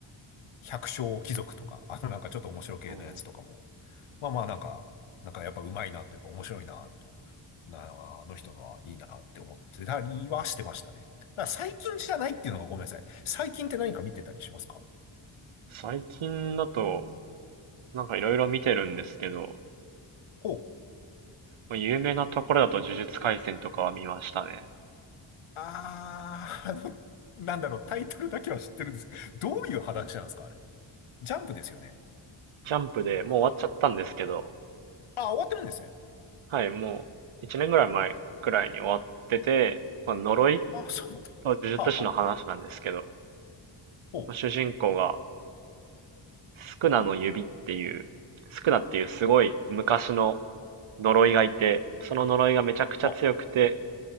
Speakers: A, on the left (about 80°); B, on the right (about 70°).
A: 百姓貴族とか、あのなんかちょっと面白系のやつとかも、
B: うん、
A: まあまあなんか、なんかやっぱ上手いなというか面白いなと、な、あの人のはいいなって思ってたりはしてましたね。だから最近じゃないっていうのがごめんなさい。最近って何か見てたりしますか
B: 最近だと、なんかいろいろ見てるんですけど、
A: ほう。
B: まあ、有名なところだと呪術廻戦とかは見ましたね。
A: あー、あの、なんだろう、タイトルだけは知ってるんですけど、どういう話なんですかあれ。ジャンプですよね。
B: ジャンプでもう終わっちゃったんですけど、
A: あ、終わってるんですね。
B: はい、もう1年ぐらい前くらいに終わってて、まあ、呪い
A: あ、そうなんだ。
B: と呪術師の話なんですけど、
A: はあはあ。ほう。
B: まあ主人公がスクナの指っていう、スクナっていうすごい昔の呪いがいて、その呪いがめちゃくちゃ強くて、
A: は